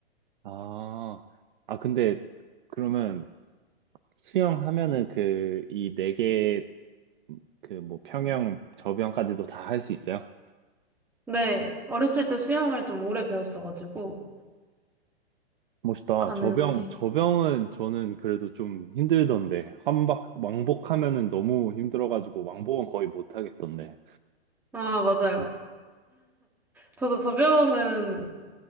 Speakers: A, on the right; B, in the centre.
A: 아, 아 근데 그러면 수영하면은 그 이 네 개 그 뭐 평영 저병까지도 다 할 수 있어요?
B: 네, 어렸을 때 수영을 좀 오래 배웠어가지고,
A: 멋있다.
B: 가능해.
A: 저병, 저병은 저는 그래도 좀 힘들던데. 한박, 왕복하면은 너무 힘들어가지고, 왕복은 거의 못하겠던데.
B: 아, 맞아요. 저도 접영은